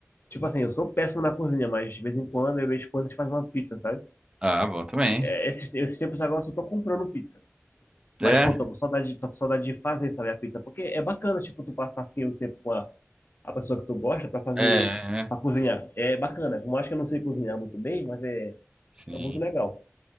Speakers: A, on the left (about 45°); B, on the right (about 15°).
A: Tipo assim, eu sou péssimo na cozinha, mas de vez em quando eu e minha esposa a gente faz uma pizza, sabe?
B: Ah, bom também.
A: É, esses, esses tempos agora eu só tô comprando pizza. Mas,
B: É,
A: pô, tô com saudade, de- tô com saudade de fazer, sabe, a pizza. Porque é bacana, tipo, tu passar assim o tempo com a, a pessoa que tu gosta para fazer,
B: é,
A: pra cozinhar. É bacana. Por mais que eu não sei cozinhar muito bem, mas é,
B: sim.
A: é muito legal.